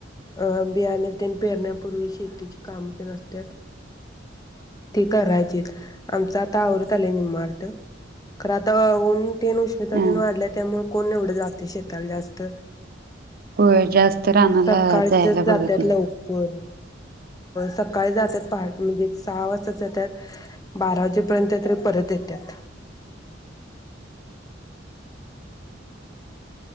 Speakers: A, on the left; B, on the right.
A: अ बियाणे तेन पेरण्यापूर्वी शेतीचे काम ते नसतेत ते करायचेत. आमचा आता आवरत आलाय निमअरद खरं आताऊन तेन उष्मिता
B: हा
A: तेन वाढल्या त्यामुळे कोण एवढं जाते शेताला जास्त
B: होय जास्त रानाला
A: सकाळच्याच
B: जायला बघत
A: जातात
B: नाही
A: लवकर सकाळी जातात पहा म्हणजे सहा वाजता जातात बारा वाजेपर्यंत तरी परत येतात.